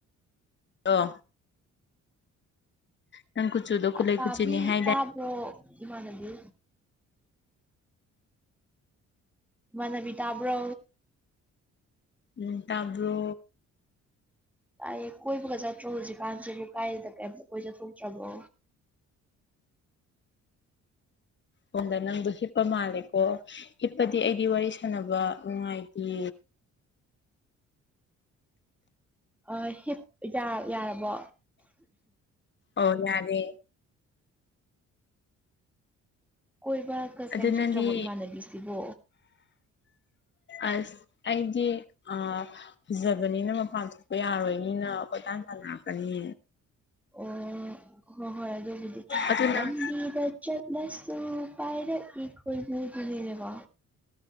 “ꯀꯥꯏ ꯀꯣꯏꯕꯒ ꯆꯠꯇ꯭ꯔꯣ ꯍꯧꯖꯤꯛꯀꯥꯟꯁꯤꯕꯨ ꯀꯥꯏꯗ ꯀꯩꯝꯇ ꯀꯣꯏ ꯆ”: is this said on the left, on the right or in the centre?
Centre